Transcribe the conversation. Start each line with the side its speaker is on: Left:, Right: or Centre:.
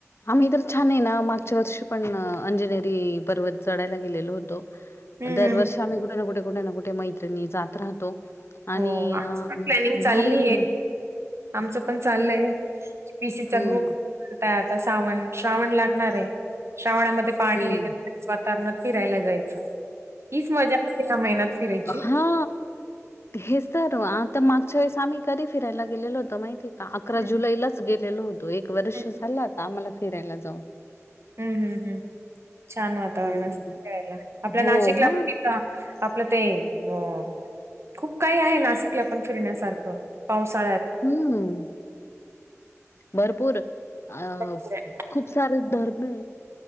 Left: आम्ही तर छान आहे ना मागच्या वर्षी पण अंजनेरी पर्वत चढायला गेलेलो होतो.
Right: हं,
Left: दरवर्षी
Right: हं.
Left: आम्ही कुठे ना कुठे कुठे ना कुठे मैत्रिणी जात राहतो. आणि
Right: हो आमच
Left: अ,
Right: पण प्लॅनिंग
Left: भारी
Right: चाललीय.
Left: आहे.
Right: आमचं पण चाललंय पी सीचा
Left: हं,
Right: ग्रुप. आता श्रावण श्रावण लागणार आहे श्रावणामध्ये पाणी
Left: हं.
Right: वातावरणात फिरायला जायचं हीच मजा असते या महिन्यात. फिरायची.
Left: हा हेच तर आता मागच्या वेळेस आम्ही कधी फिरायला गेलेलो होतो माहितीये का? अकरा
Right: हं, हं.
Left: जुलैलाच गेलेलो होतो एक वर्ष
Right: हं,
Left: झाल आता आम्हाला फिरायला जाऊन.
Right: हम्म हम्म हम् छान वातावरण
Left: आणि
Right: अस वळेला आपल्या
Left: हो
Right: नाशिकला
Left: मग.
Right: पण आपलं ते अ खूप काही आहे नाशिकला पण फिरण्यासारखं पावसाळ्यात.
Left: हम्म भरपूर अ
Right: भरपूर आहे.
Left: खूप सारे धर्ण